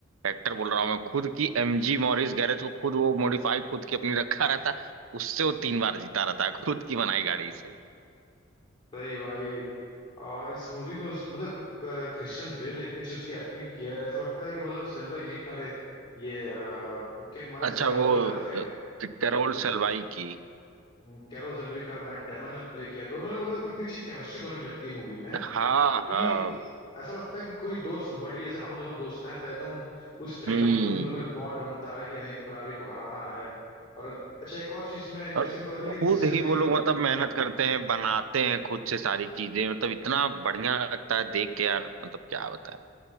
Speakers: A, on the right (about 85°); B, on the left (about 25°).
A: हेक्टर बोल रहा हूँ मैं खुद की एमजी मॉरिस गैरेज को खुद वो मॉडिफाई खुद की अपनी रखा रहता है उससे वो तीन बार जीता रहता है खुद की बनाई गाड़ी से
B: सही भाई और इस मूवी में उस मतलब अ, क्रिश्चियन बेल ने इतनी अच्छी उसकी एक्टिंग किया है ऐसा लगता है कि मतलब सेल्वी जी अरे ये अ, केन माइल्स
A: अच्छा
B: रहे होंगे
A: वो
B: तो ऐसे
A: अ,
B: ही रहो
A: कैरोल
B: हम्म,
A: सलवाई की
B: हम्म, कैरल सेल्वी का मैट डेमन ने प्ले किया दोनों ने मतलब इतनी अच्छी केमिस्ट्री दोनों की लगती है मूवी में
A: हाँ
B: कि
A: हाँ
B: ऐसा लगता है कि कोई दोस्त बड़ी जैसे हम दोनों दोस्त हैं तो एकदम उस तरीके
A: हम्म
B: का मतलब उन लोगों में बॉन्ड बनता है कि नहीं फरारी को हराना है और अच्छा एक और चीज में इंटरेस्टिंग
A: और
B: पता चली
A: खुद
B: कि सेल्वी
A: ही वो लोग मतलब मेहनत करते हैं बनाते हैं खुद से सारी चीजें मतलब इतना बढ़िया लगता है देख के यार मतलब क्या बताएं